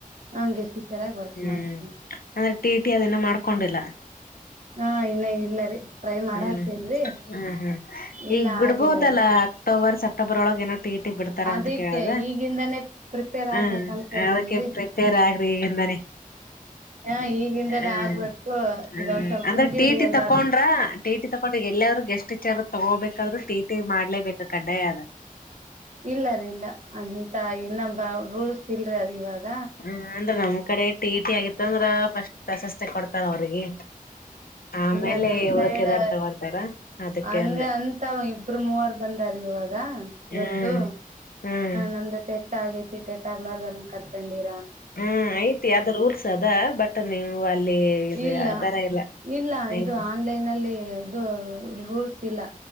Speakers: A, on the right; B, on the left.
A: ಹಂಗೆ ಟೀಚರ್ ಆಗಿ ವರ್ಕ್
B: ಹ್ಮ್
A: ಮಾಡತ
B: ಅಂದ್ರೆ ಟೇಟಿ ಅದನ ಮಾಡ್ಕೊಂಡಿಲ್ಲ
A: ಹಾ ಇನ್ನ ಇಲ್ಲ ರೀ ಟ್ರೈ ಮಾಡತ್ತನ್ರಿ
B: ಹ್ಮ್ ಹ್ಮ್ ಹ್ಮ್
A: ಇನ್ನ
B: ಈಗ್ ಬಿಡ್ಬೋದಲ್ಲ
A: ಆಗಿಲ್ಲ ರೀ
B: ಅಕ್ಟೋರ್ ಸಪರೋಳನ ಟಿ ಬಿಡ್ತಾರ
A: ಅದಕ್ಕೆ
B: ಅಂತ ಕೇಳದ
A: ಈಗಿಂದಾನೇ ಪ್ರಿಪೇರ್
B: ಹ
A: ಆಗ್ಬೇಕ ಅನ್ಕೊಂಡೇನ್ರಿ
B: ಅದಕ್ಕೆ ಪ್ರಿಪೇರ್ ಆಗ್ರಿ ಈ
A: ಹ ಈಗಿಂದಾನೇ
B: ಹ
A: ಆಗ್ಬೇಕು
B: ಹ್ಮ
A: ಇದೊಂದ್ ಸ್ವಲ್ಪ
B: ಅಂದ್ರ
A: ಮುಗಿಲಿ
B: ಟೀಟಿ
A: ಎಲ್ಲ
B: ತಕೊಂಡ್ರ ಟೀಟಿ ತಕೊಂಡ್ರಿ ಎಲ್ಲಾದ್ರೂ ಗೆಸ್ಟ್ ವಿಚಾರ ತಗೋಬೇಕಾದ್ ಟೀ ಟೀ ಮಾಡ್ಲೇಬೇಕ ಕಡ್ಡಾಯ ಆದ
A: ಇಲ್ಲರಿ ಇಲ್ಲ ಅಂತ ಇನ್ನಬ ರೂಲ್ಸ್ ಇಲ್ರಿ ಅದ ಇವಾಗ
B: ಹ್ಮ ಅಂದ್ರ ನಮ್ ಕಡೆ ಟಿ ಟಿ ಆಗಿತ್ತ ಅಂದ್ರ ಫಸ್ಟ್ ಪ್ರಸಸ್ ತ ಕೊಡ್ತಾರ ಅವ್ರಿಗೆ ಆಮೇಲೆ
A: ಇಲ್ಲಾರೀ ನಮ ಸೈಡ್
B: ಉಳಕಿದಾರ್ ತಗೊಂತಾರ ಅದಕ್ಕೆ
A: ಹಂಗ
B: ಅಂದೆ
A: ಅಂತ ಅವ ಇಬ್ರು ಮೂವರ್ ಬಂದಾರ ಇವ ಇಾಗ
B: ಹ್ಮ್
A: ಇವತ್ತು
B: ಹ್ಮ್
A: ನಮ್ದು ಟೆಟ್ ಆಗೈತಿ ಟೆಟ್ ಆಗ್ಲ ಕರ್ಕೊಂಡಿ
B: ಹ್ಮ್ ಐ್ತ್ ಯಾವ್ದ ರೂಲ್ಸ್ ಅದಾ ಬಟ್ಟ ನೀವು ಅಲ್ಲಿ ಇದು
A: ಇಲ್ಲ
B: ಯಾವ ತರ ಇಲ್ಲ
A: ಇಲ್ಲ
B: ನತಿ
A: ಇದು ಆನ್ಲೈನ್ ಅಲ್ಲಿ ಇದು ರೂಲ್ಸ್ ಇಲ್ಲ